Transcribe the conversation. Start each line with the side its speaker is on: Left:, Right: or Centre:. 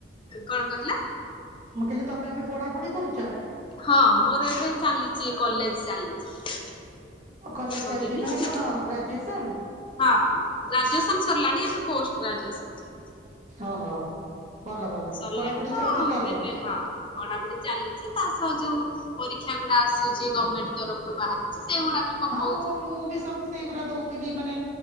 Left: କଣ କହିଲେ।
Right: ମୁଁ କହିଲି ତମେ ଏବେ ପଢାପଢି କରୁଛ?
Left: ହଁ, ମୋର ଏବେ ଚାଲିଛି କଲେଜ ଚାଲିଛି।
Right: କଲେଜ
Left: ସରିନି
Right: ଚାଲିଛି ମାନେ
Left: ହଁ।
Right: କଣ ଗ୍ରାଜୁଏସନ୍?
Left: ହଁ ଗ୍ରାଜୁଏସନ ସରିଲାଣି ଏବେ ପୋଷ୍ଟ ଗ୍ରାଜୁଏସନ ଚାଲିଛି।
Right: ଓ ହୋ। ଭଲ ଭଲ
Left: ସରିଲାଣି
Right: ପଢାପଢି
Left: ତ
Right: ଚାଲିଛି ତାହେଲେ।
Left: ଏବେ ହଁ। ପଢାପଢି ଚାଲିଛି ତା ସହ ଯୋଉ ପରୀକ୍ଷା ଗୁଡା ଆସୁଛି ଗର୍ମେଣ୍ଟ ତରଫରୁ ବାହାରୁଛି ସେଗୁଡା ବି। ପକଉଛୁ
Right: ହଁ ମୁଁ ମୁଁ ବି ସବୁ ସେଇଗୁରା ଦଉଥିଲି ମାନେ